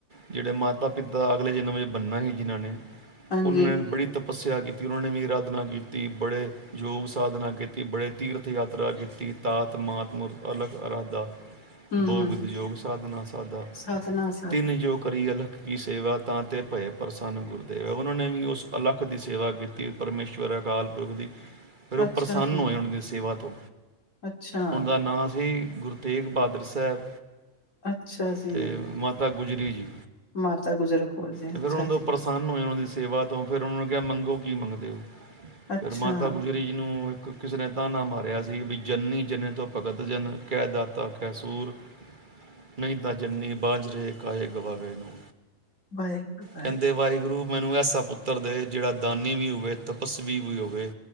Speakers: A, on the right (about 35°); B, on the left (about 65°).
A: ਜਿਹੜੇ ਮਾਤਾ- ਪਿਤਾ ਅਗਲੇ ਜਨਮ ਜ ਬਣਨਾ ਸੀ ਜਿਨਾਂ ਨੇ
B: ਹਾਂਜੀ
A: ਉਹਨਾਂ ਨੇ ਬੜੀ ਤਪੱ ਤਪੱਸਿਆ ਕੀਤੀ ਉਹਨਾਂ ਨੇ ਵੀ ਅਰਾਧਨਾ ਕੀਤੀ, ਬੜੇ ਯੋਗ- ਸਾਧਨਾ ਕੀਤੀ ਬੜੇ ਤੀਰਥ ਯਾਤ ਯਾਤਰਾ ਕੀਤੀ ਤਾਤ-ਮਾਤ ਮੂਰਤ ਅਲੱਗ ਅਰਾਦਾ
B: ਹੂੰ-ਹੂੰ
A: ਬੋਗਦ ਯੋਗ ਸਾਧਨਾ ਸਾਦਾ
B: ਸਾਧਨਾ ਸਾਧਨਾ
A: ਤਿੰਨ ਜੋ ਕਰੀ ਅਲ ਕਿ ਸੇਵਾ ਤਾਂ ਤੇ ਪਏ ਪ੍ਰਸੰਨ ਗੁਰਦੇਵ ਹੈ ਉਹਨਾਂ ਨੇ ਵੀ ਉਸ ਅਲੱਖ ਦੀ ਸੇਵਾ ਕੀਤੀ ਪਰਮੇਸ਼ਵਰ ਅਕਾਲ ਪੁਰਖ ਦੀ। ਫਿਰ ਉਹ
B: ਅੱਛਾ
A: ਪ੍ਰਸੰਨ
B: ਜੀ,
A: ਹੋਏ ਹੋਣਗੇ ਸੇਵਾ ਤੋਂ
B: ਅੱਛਾ,
A: ਉਹਦਾ ਨਾਂ ਸੀ ਗੁਰੂ ਤੇਗ ਬਹਾਦਰ ਸਾਹਿਬ।
B: ਅੱਛਾ ਜੀ,
A: ਅਤੇ ਮਾਤਾ ਗੁਜਰੀ ਜੀ।
B: ਮਾਤਾ ਗੁਜਰ ਕੌਰ ਜੀ
A: ਤੇ
B: ਅੱਛਾ
A: ਫੇਰ ਉਹਨਾਂ ਤੋਂ
B: ਜੀ,
A: ਪ੍ਰਸੰਨ ਹੋਏ ਉਹਨਾਂ ਦੀ ਸੇਵਾ ਤੋਂ ਫੇਰ ਉਹਨਾਂ ਨੂੰ ਕਿਹਾ ਮੰਗੋ ਕੀ ਮੰਗਦੇ ਓ
B: ਅੱਛਾ
A: ਫੇਰ ਮਾਤਾ ਗੁਜਰੀ ਜੀ ਨੂੰ ਕਿਸੇ ਨੇ ਤਾਨਾ ਮਾਰਿਆ। ਸੀ ਵੀ ਜੰਨੀ ਜਨੇ ਤੋਂ ਭਗਤ ਜਨ ਕੈ ਦਾਤਾ ਕੈ ਸੂਰ ਨਹੀਂ ਤਾਂ ਜੰਨੀ ਬਾਂਝ ਰਹੇ ਕਾਏ ਗਵਾਵੇ ਨੂੰ
B: ਬਾਏ, ਬਾਏ
A: ਕਹਿੰਦੇ ਵਾਹਿਗੁਰੂ ਮੈਨੂੰ ਐਸਾ ਪੁੱਤਰ ਦੇ ਜਿਹੜਾ ਦਾਨੀ ਵੀ ਹੋਵੇ, ਤਪਸਵੀ ਵੀ ਹੋਵੇ।